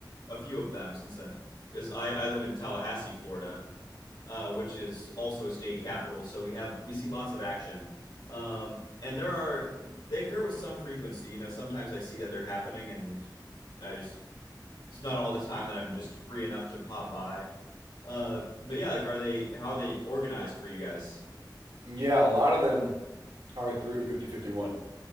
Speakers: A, on the left; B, on the right.
A: a few of them since then. Because I I live in Tallahassee, Florida, uh, which is also a state capital, so we have we see lots of action. Um, and there are they occur with some frequency. You know, sometimes I see that they're happening, and I just it's not all the time that I'm just free enough to pop by. Uh, but yeah, like, are they how are they organized for you guys?
B: yeah, a lot of them are through 5051,